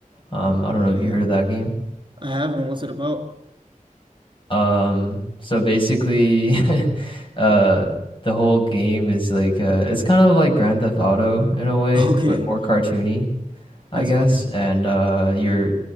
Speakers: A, on the left; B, on the right.
A: Um, I
B: Okay.
A: don't know if you heard of that game.
B: I haven't. What's it about?
A: Um, so basically, <laughs> uh, the whole game is like uh, it's kind of like Grand Theft Auto in a way,
B: <laughs> Okay,
A: but more cartoony. I
B: that's
A: guess,
B: funny.
A: and uh, you're